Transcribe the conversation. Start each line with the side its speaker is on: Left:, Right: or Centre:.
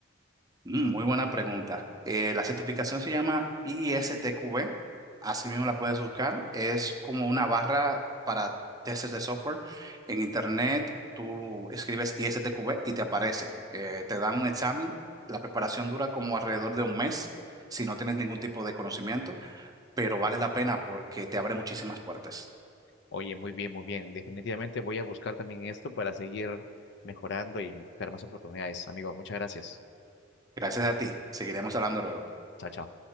Right: Mm, Muy buena pregunta. Eh, la certificación se llama ISTQB, así mismo la puedes buscar. Es como una barra para testers de software. En internet tú escribes ISTQB y te aparece. Eh, te dan un examen. La preparación dura como alrededor de un mes si no tienes ningún tipo de conocimiento, pero vale la pena porque te abre muchísimas puertas.
Left: Oye, muy bien, muy bien. Definitivamente voy a buscar también esto para seguir mejorando y buscar más oportunidades. Amigos, muchas gracias.
Right: Gracias a ti. Seguiremos hablando luego.
Left: Chao, chao.